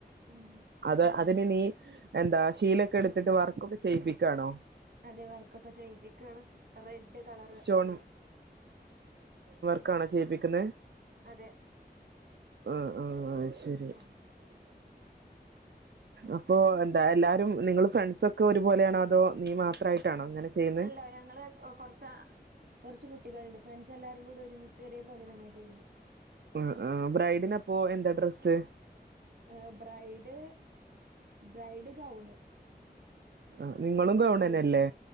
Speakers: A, on the right (about 65°); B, on the right (about 80°).
A: ഉം
B: അത് അതിന് നീ എന്താ ഷീലൊക്കെ എടുത്തിട്ട് വർക്ക് ഒക്കെ ചെയ്പ്പിക്കയാണോ?
A: അതെ വർക്കൊക്കെ ചെയ്പ്പിക്കയാണ്. റെ ഡ് കളറ്
B: സ്റ്റോൺ
A: അങ്ങനെ.
B: ക്കാണോ ചെയ്യിപ്പിച്ചു ശ്ശേ?
A: അതെ
B: ഉം ഉം ഉം ശരി.
A: സ്ട്രോങ്
B: അപ്പൊ എന് ടാ എല്ലാരും നിങ്ങള് ഫ്രൺസ്സൊക്കെ ഒരുപോലെയാണോ അതോ നീ മാത്രമായിട്ടാണോ അങ്ങനെ ചെയ്യുന്നെ
A: അല്ല ഞങ്ങള് ഒ കൊറച്ചാ ച്ചു കുട്ടികൾ ഉണ്ട്. ഫ്രൺസ്സെല്ലാരുംകൂടെ ഒരുമിച്ച് ഒരേപോലെ നിന്നാ ചെയ്യുന്നേ
B: അ ആ ബ്രൈഡിനപ്പോ എന്താ ഡ്രസ്സ്?
A: ഏ ബ്രൈഡ് ബ്രൈഡ് ഗൗണ്.
B: ആഹ് നിങ്ങളും
A: ഒരു
B: ഗൗണന്നല്ലേ
A: ഉടു